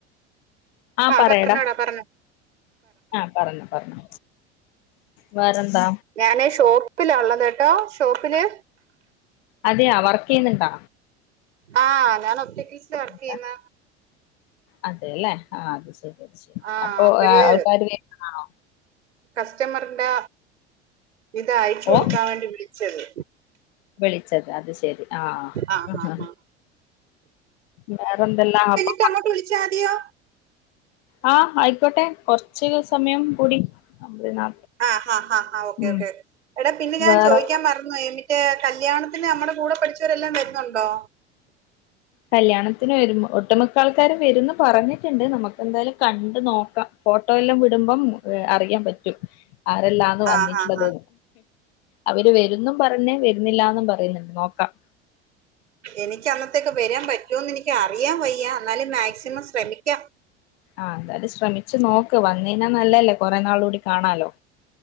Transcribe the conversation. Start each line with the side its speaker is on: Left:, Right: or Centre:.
Left: ആഹ് പറയടാ
Right: പറഞ്ഞോടാ പറഞ്ഞോ
Left: ആഹ് പറഞ്ഞോ പറഞ്ഞോ വേറെന്താ
Right: ഞാനേ ഷോപ്പിലാ ള്ളത്ട്ടോ ഷോപ്പില്
Left: അതെയ വർക്കെയ്യ്ന്ന്ണ്ട?
Right: ആഹ് ഞാന് ഒപ്റ്റിക്കൽസിലാ വർക്ക്
Left: ചെയ്യുന്നുണ്ടാ
Right: യ്യുന്ന
Left: അതെല്ലേ ആഹ് അത് ശരി അത് ശരി
Right: ആ
Left: അപ്പൊ
Right: അപ്പഴ്
Left: ആൾക്കാാര് വെര്ന്നതാണോ
Right: കസ്റ്റമറിന്റെ ഇത് അയച്ചു
Left: ഓ
Right: കൊടുക്കാ വേണ്ടി വിളിച്ചത്
Left: വിളിച്ചത് അത് ശരി ആഹ്
Right: ആ
Left: ആഹ്
Right: ആ ആ
Left: വേറെന്തല്ല അപ്പ
Right: ട്ട് അങ്ങോട്ട്‌വിളിച്ചതിയോ
Left: ആഹ് ആയിക്കോട്ടെ കൊറച്ച് സമയം കൂടി അമ്പേ നാ
Right: ആഹ് ആഹ് ആഹ് ഓക്കെ
Left: ഉം
Right: ഓക്കെ എടാ പിന്നെ ഞാൻ
Left: വേറെ
Right: ചോയ്ക്കാൻ മറ ന്നോയ് മറ്റേ കല്യാണത്തിന് നമ്മടെ കൂടെ പഠിച്ചവരെല്ലാം വരുന്നുണ്ടോ?
Left: കല്യാണത്തിന് വരു ഒട്ടുമിക്കാൾക്കാരും വരുന്നു പറഞ്ഞിട്ടുണ്ട് നമുക്ക്ന്തായാലും കണ്ട് നോക്കാം ഫോട്ടോയല്ലാം വിടുമ്പം അറിയാൻ പറ്റും ആരെല്ലാം ത്
Right: ആ
Left: വന്നിട്ടുള്ളത്
Right: ആ ആ
Left: അവര് വരുന്നും പറഞ്ഞേ വരുന്നില്ലന്നും പറയുന്നുണ്ട് നോക്കാം
Right: എനിക്ക് അന്നത്തേക്ക് വരാൻ പറ്റൊന്ന് എനിക്ക് അറിയാൻ വയ്യ എന്നാലും മാക്സിമം ശ്രമിക്കാം.
Left: ആഹ് എന്തായാലും ശ്രമിച്ചു നോക്ക് വന്നേനാ നല്ലല്ലേ കൊറെ നാൾ കൂടി കാണാലോ